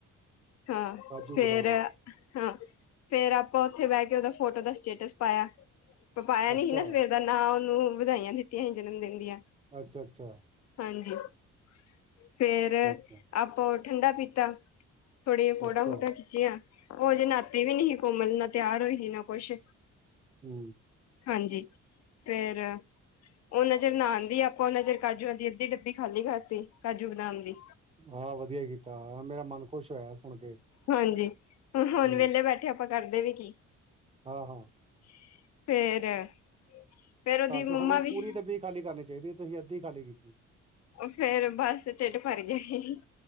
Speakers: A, on the left (about 60°); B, on the right (about 20°).
A: ਹਾਂ
B: ਕਾਜੂ
A: ਫੇਰ
B: ਬਦਾਮ
A: ਹਾਂ ਫੇਰ ਆਪਾਂ ਉੱਥੇ ਬਹਿ ਕੇ ਉਹਦਾ ਫੋਟੋ ਦਾ ਸਟੇਟਸ ਪਾਇਆ ਪਪਾਇਆ ਨੀ
B: ਅੱਛਾ
A: ਸੀ ਨਾ ਸਵੇਰ ਦਾ ਨਾ ਉਹਨੂੰ ਵਧਾਈਆਂ ਦਿੱਤੀਆਂ ਸੀ ਜਨਮ ਦਿਨ ਦੀਆਂ
B: ਅੱਛਾ ਅੱਛਾ
A: ਹਾਂਜੀ ਫੇਰ
B: ਅੱਛਾ
A: ਆਪਾ ਓਹ ਠੰਡਾ ਪੀਤਾ ਥੋੜੀ ਫੋੜਾ
B: ਅੱਛਾ
A: ਫੋਟਾ ਖੀ ਉਹਜੇ ਨਾਤੇ ਵੀ ਨੀ ਸੀ ਕੋਮਲ ਨਾ ਤਿਆਰ ਹੋਈ ਸੀ ਨਾ ਕੁਛ
B: ਹਮ
A: ਹਾਂਜੀ ਫਿਰ ਉਹ ਨਜ਼ਰ ਨਉਦੀ ਆਪ ਕੋਨਾ ਚਿਰ ਕਾਜੂਆਂ ਦੀ ਅੱਧੀ ਡੱਬੀ ਖਾਲੀ ਕਰਾਤੀ ਕਜੂ ਬਦਾਮ ਦੀ
B: ਹਹ ਵਧੀਆ ਕੀਤਾ ਮੇਰਾ ਮਨ ਖੁਸ਼ ਹੋਇਆ ਸੁਣ ਕੇ
A: ਹਾਂਜੀ
B: ਹੂੰ
A: ਹੁਣ ਵਿਹਲੇ ਬੈਠੇ ਆਪਾਂ ਕਰਦੇ ਵੀ ਕੀ
B: ਹਾਂ ਹਾਂ
A: ਫੇਰ ਫੇਰ ਉਹਦੀ
B: ਤਾਂਨ
A: ਮੰਮਾ
B: ਤੇ ਸਗੋਂ
A: ਵੀ
B: ਪੂਰੀ ਡੱਬੀ ਖਾਲੀ ਕਰਨੀ ਚਾਹੀਦੀ ਤੁਸੀਂ ਅੱਧੀ ਖਾਲੀ ਕੀਤੀ
A: ਫੇਰ ਬੱਸ ਢਿੱਡ ਭਰ ਗਿਆ ਸੀ